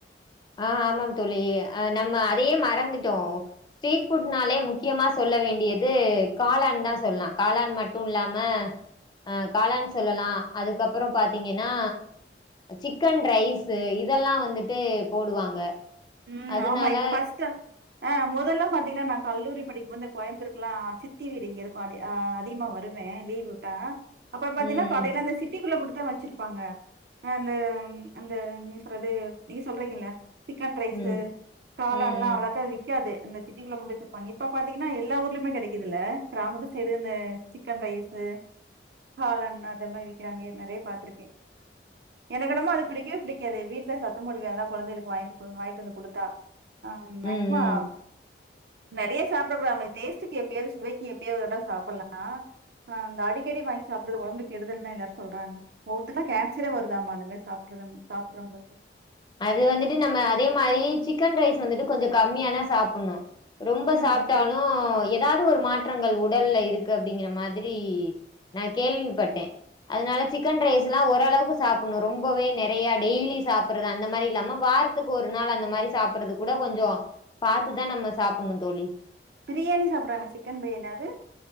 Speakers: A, on the left; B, on the right.
A: ஆஹ் ஆமா தோழி நம்ம அதையே மறந்துட்டோம் <unintelligible> ஸ்ரீபுட் நாளே முக்கியமா சொல்ல வேண்டியது காளான் தான் சொல்லாம் காளான் மட்ட ட்டும் இல்லாம அஹ் காளன்னு சொல்லலாம் அதுக்கப்புறம் பாத்தீங்கன்னா சிக்கன் ரைஸ் இதெல்லாம் வந்துட்டு போடுவாங்க
B: உம்
A: அதனால
B: ஆமா இ பஸ்டல ஆஹ் முதல்லாம் பாத்தீங்கன்னா நான் கல்லூரி படிக்கும்போது இந்த கோயம்பத்தூருக்கு எல்லாம் சித்தி வீடு இங்க இருக்கும் அதிகமா வருவேன் லீவ் வுட்டா அப்புற பாத்தீங்கனா
A: ம்
B: அந்த சிட்டிக்குள்ள வச்சிருப்பாங்க அந்த அந்த நீ சொல்றது நீங்க சொல்றீங்கள சிக்கன் ரைஸ்
A: ம் ம்
B: காளன்ல்லாம்
A: ம் ம் ம்
B: அவ்வளாக்கா விக்காது இந்த சிட்டகுள்ள மூடி வச்சிருப்பாங்க இப்ப பாத்தீங்கன்னா எல்லா ஊர்லயுமே கிடைக்குதல்ல கிராமத்து சைடு இந்த சிக்கன் ரைஸ் காளான் அத மாதிரி விக்கிறாங்க நெறைய பாத்துருக்கேன் எனக்கு என்னமோ அது பிடிக்கவே பிடிக்காது வீட்டுல சத்தம் போடுவே அத கொழந்தைகளுக்கு வாங்கிட்டு வாயிட்டு வந்து கொடுத்தா ஆஹ் மஷ்மா
A: ம் ம்
B: நெறைய சாப்பிட கூடாது டேஸ்டுக்கு எப்பாவது சுவைக்கு எப்பயாவது சாப்பிடலாம் அஹ அடிக்கடி வாங்கி சாப்படுறது உடம்புக்கு கெடுதல்னு எல்லாரும் சொல்றாங்க ஒவ்வொருத்தருக்கெல்லாம் கேன்சரே வருதாம்மா அந்த மாதிரி சாப்பாடு சாப்பிறவங்களுக்கு
A: அது வந்துட்டு நம்ம அதே மாதிரி சிக்கன் ரைஸ் வந்துட்டு கொஞ்சம் கம்மியாதான் சாப்புடுணும் ரொம்ப
B: ம்
A: சாப்புட்டாலும்
B: சரி
A: ஏதாவது ஒரு மாற்றங்கள் உட ல்ல இருக்கு அப்படிங்கிற மாதிரி நா கேள்விப்பட்டேன் அதனால சிக்கன் ரைஸ் எல்லாம் ரொம்பவே நிறையா டைய்லிசாப் அந்த மாதிரி இல்லாம வாரத்துக்கு ஒரு நாள் அந்த மாதிரி சாப்பறது கூட கொஞ்சம் பாத்துதான் நம்ம சாப்பிடணும் தோழி
B: பிரியாணி சாப்பறாங்க சிக்கன் பிரியாணி அது